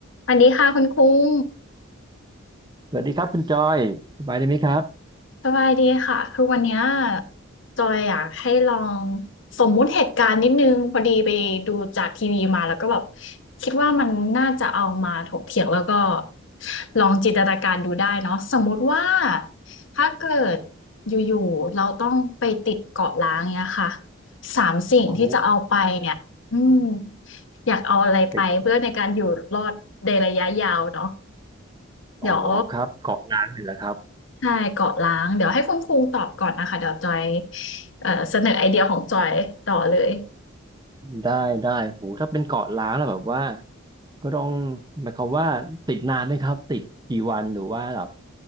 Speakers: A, on the left; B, on the right.
A: สวัสดีค่ะคุณคุ้ง
B: สวัสดีครับคุณจอยสบายดีไหมครับ
A: สบายดีค่ะคือวันเนี้ยจอยอยากให้ลองสมมุติเหตุการณ์นิดนึงพอดีไปดูจากทีวีมาแล้วก็แบบคิดว่ามันน่าจะเอามาถกเถียงแล้วก็ลองจินตนาการดูได้เนาะสมมุติว่าถ้าเกิดอยู่ๆเราต้องไปติดเกาะล้างเนี่ยค่ะสามสิ่งที่จะเอาไปเนี่ยอืม
B: โอ้
A: อยากเอาอะไรไปเพื่อในการอยู่รอดในระยะยาวเนาะ
B: เป็นเกาะ
A: เดี๋ยว
B: อ๋อครับเกาะล้างเลยเหรอครับ
A: ใช่เกาะล้างเดี๋ยวให้คุณครูตอบก่อนนะคะเดี๋ยวจอยเอ่อเสนอไอเดียของจอยต่อเลย
B: ได้ได้โหถ้าเป็นเกาะล้างแล้วแบบว่าก็ต้องหมายความว่าติดนานไหมครับติดกี่วันหรือว่าแบบ